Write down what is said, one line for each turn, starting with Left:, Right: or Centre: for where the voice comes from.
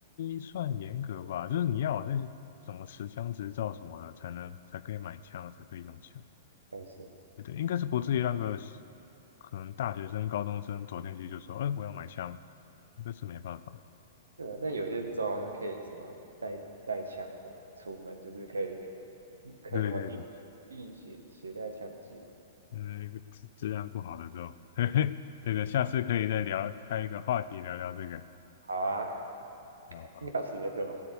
Left: 算严格吧，就是你要有那些什么持枪执照什么的，才能才可以买枪，才可以用枪。
Right: 还是？
Left: 对对，应该是不至于让个可能大学生、高中生走进去就说：“哎，我要买枪。”那是没办法。
Right: 对啊，但有些州好像可以什么带带枪什么出门，就是可以可什么硬
Left: 对对对，
Right: 硬携携带枪支。
Left: 嗯，治治安不好的时候，<laughs> 嘿嘿，这个下次可以再聊，开一个话题聊聊这个。
Right: 好啊，
Left: 然后。
Right: <laughs> 妙死分钟。